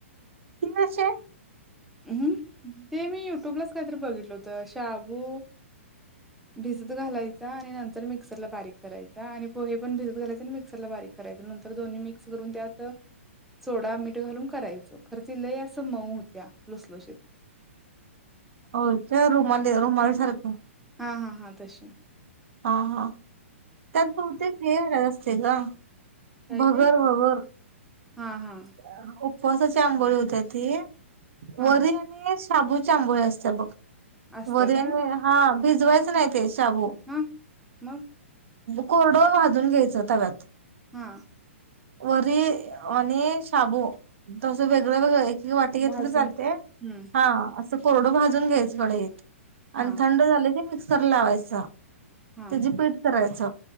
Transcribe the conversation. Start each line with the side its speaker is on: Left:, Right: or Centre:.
Right: कनश
Centre: हम् ते मी युट्यूबलाच काहीतरी बघितलं होतं शाबू भिजत घालायचा आणि नंतर मिक्सरला बारीक करायचा आणि पोहे पण भजत घायच मिक्सरला बारीक करायच नंतर दोन्ही मिक्स करून त्यात सोडा मीठ घालून करायचं खर्च लय अस मऊ होत्या लुसलुशीत
Right: हो त्या रुमाले रुमाली सारखं
Centre: हा हा हा तश
Right: ह हा त्यात बहुते हे घालायचं असते ग
Centre: काय
Right: भगर
Centre: ते
Right: भगर
Centre: हां
Right: <inaudible>
Centre: हां
Right: उपसाची आंबोळी होत्या ती
Centre: हां
Right: वरे आणि शाबू चांबूय असत बघ
Centre: असत्या
Right: व
Centre: काय?
Right: हा <unintelligible> भिजवायचं नाही ते शाबू
Centre: हां मग
Right: कोरडं भाजून घ्यायचं तव्यात
Centre: हा
Right: वर आणि शाबू तसं वेगळं वेगळं वाट घेत
Centre: भाजून
Right: चालते
Centre: हं,
Right: हा असं कोरडं भाजून घ्यायंकडे आणि
Centre: हां
Right: थंड झाले ते मिक्स मिक्सर ला लावायचं
Centre: हां
Right: त्याची पीठ कराय च